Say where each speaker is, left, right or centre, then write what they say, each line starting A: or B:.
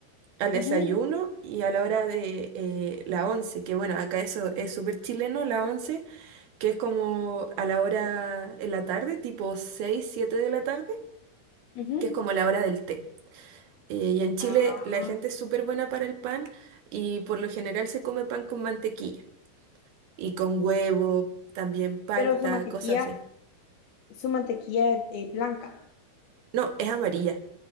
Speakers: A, on the right; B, on the left.
A: al desayuno
B: Ujú,
A: y a la hora de eh, la once, que bueno, acá eso es súper chileno, la once, que es como a la hora en la tarde, tipo 6 7 de la tarde,
B: ujú.
A: que es como la hora del té. Eh, y en Chile
B: Ah,
A: la gente es súper buena para el pan y por lo general se come pan con mantequilla y con huevo, también palta,
B: pero su mantequilla,
A: cosas así.
B: su mantequilla es eh, blanca.
A: No, es amarilla.